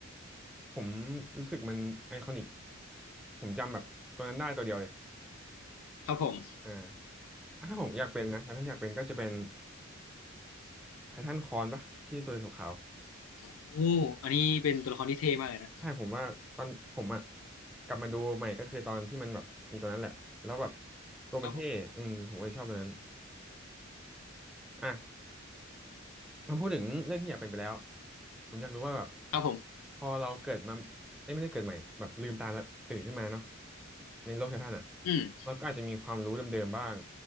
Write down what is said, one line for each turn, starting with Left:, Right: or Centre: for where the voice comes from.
Centre: ผมรู้สึกมันไอคอนิกผมจำแบบตัวนั้นได้ตัวเดียวเลย
Left: ครับผม
Centre: อ่าถ้าผมอยากเป็นนะถ้าท่านอยากเป็นก็จะเป็นไททันคอนปะที่ตัวขาว
Left: โอ้อันนี้เป็นตัวละครที่เท่มากเลยนะ
Centre: ใช่ผมว่าตอนผมอ่ะกลับมาดูใหม่ก็คือตอนที่มันแบบมีตัวนั้นแหละแล้วแบบตัวมันเท่อืมผมก็เลยชอบตัวนั้น
Left: ครับผม
Centre: อ่ะมาพูดถึงเรื่องที่อยากเป็นไปแล้วผมอยากรู้ว่าแบบ
Left: ครับผม
Centre: พอเราเกิดมาเอ้ยไม่ได้เกิดใหม่แบบลืมตาแล้วตื่นขึ้นมาเนาะในโลกไททันอ่ะ
Left: อืม
Centre: เราก็อาจจะมีความรู้เดิมๆบ้าง